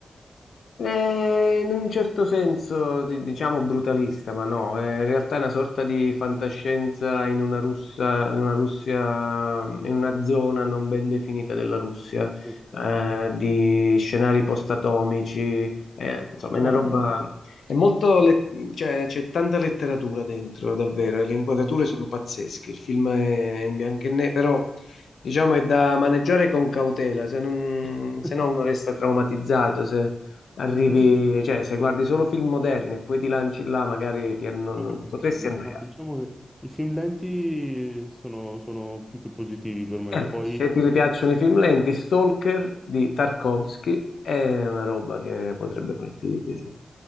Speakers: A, on the left; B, in the centre.
A: Eh, in un certo senso, di- diciamo brutalista, ma no, eh, in realtà è una sorta di fantascienza in una Russia, in una Russia, in una zona non ben definita della Russia,
B: Ok.
A: eh, di scenari post-atomici, eh, insomma,
B: Ah,
A: è
B: ah,
A: una roba, è molto, let- cioè, c'è tanta letteratura dentro, davvero, e le inquadrature
B: ok.
A: sono pazzesche, il film è in bianco e nero, però... Diciamo è da maneggiare con cautela, se non,
B: <laughs>
A: se no uno resta traumatizzato. Se, arrivi,
B: Tutti-
A: cioè se guardi solo film moderni e poi ti lanci là, magari ti anno- non-
B: Ho capito,
A: potresti
B: ho capito.
A: annoiarti.
B: No, diciamo che i film lenti sono, sono più che positivi per me.
A: E allora,
B: Poi
A: se ti piacciono i film lenti, Stalker di Tarkovsky è una roba che potrebbe farti piacere.